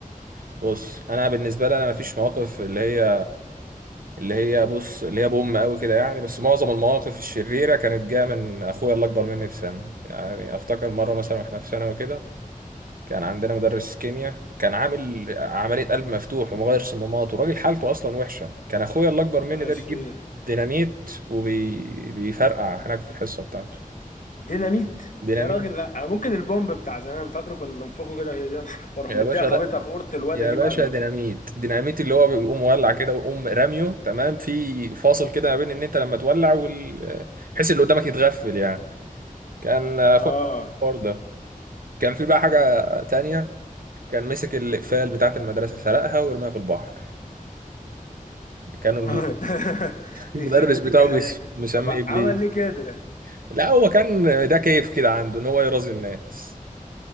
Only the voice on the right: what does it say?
بص انا بالنسبه لي انا مفيش مواقف اللي هي اللي هي بص اللي هي بوم قوي كده يعني بس معظم المواقف الشريره كانت جايه من اخويا اللي اكبر مني بسنه يعني افتكر مره مثلا واحنا في ثانوي كده كان عندنا مدرس كيمياء كان عامل عملية قلب مفتوح ومغير صمامات وراجل حالته أصلا وحشة كان أخويا اللي أكبر
مني ده
بيجيب ديناميت وبيفرقع هناك في الحصة بتاعته
ديناميت
يا
باشا
لا
يا
باشا
ديناميت ديناميت اللي هو بيقوم مولع كده ويقوم راميه تمام في فاصل كده ما بين ان انت لما تولع وال بحيث اللي قدامك يتغفل يعني كان اخويا
الحوار ده كان في بقى حاجة تانية كان مسك الإقفال بتاعة المدرسة سرقها ورماها في البحر كانوا
المدرس
بتاعه
مش مسميه
ابليس
لا هو كان ده كيف كده عنده ان هو يرازي الناس